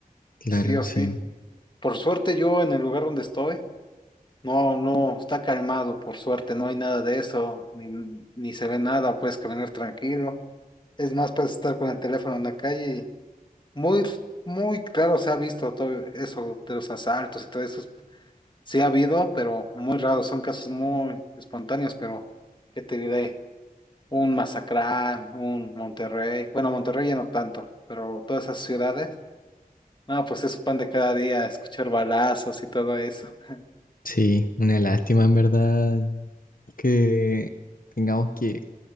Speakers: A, on the left; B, on the left.
A: Claro,
B: Sí o sí.
A: sí.
B: Por suerte yo en el lugar donde estoy. No, no, está calmado, por suerte, no hay nada de eso, ni, ni se ve nada, puedes caminar tranquilo. Es más, puedes estar con el teléfono en la calle y muy, muy claro se ha visto todo eso de los asaltos y todo eso. Sí ha habido, pero muy raro, son casos muy espontáneos, pero ¿qué te diré? Un Mazatlán, un Monterrey, bueno, Monterrey ya no tanto, pero todas esas ciudades, ah, pues es su pan de cada día, escuchar balazos y todo eso. <laughs>
A: Sí, una lástima en verdad que tengamos que